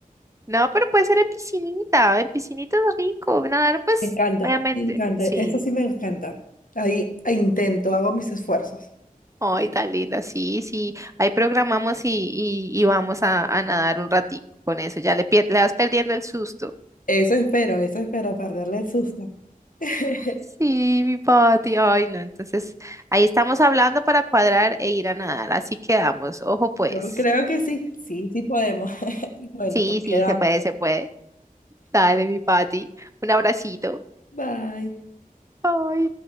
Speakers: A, on the right (about 20°); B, on the left (about 65°).
A: No, pero puede ser en piscinita, en piscinita es rico, nadar pues
B: Me encanta,
A: obviamente,
B: me encanta.
A: sí.
B: Eso sí me encanta. Ahí intento, hago mis esfuerzos.
A: Ay, tan linda, sí, sí. Ahí programamos y, y, y vamos a, a nadar un ratico con eso, ya le, pier- le vas perdiendo el susto.
B: Eso espero, eso espero, perderle el susto. <laughs>
A: Sí, mi Pati, ay no, entonces ahí estamos hablando para cuadrar e ir a nadar, así quedamos, ojo pues.
B: Yo creo que sí, sí, sí podemos. <laughs> Bueno,
A: Sí,
B: pues
A: sí,
B: quedamos.
A: se puede, se puede. Dale, mi Pati, un abracito.
B: Bye.
A: Ay.